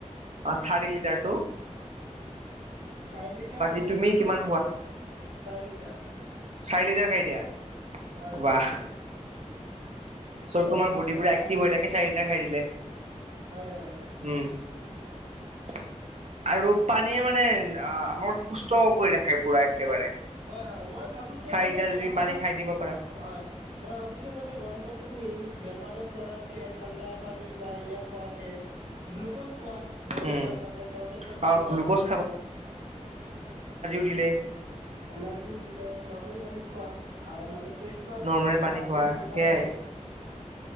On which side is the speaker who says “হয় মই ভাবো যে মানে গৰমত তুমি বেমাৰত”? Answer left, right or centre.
Right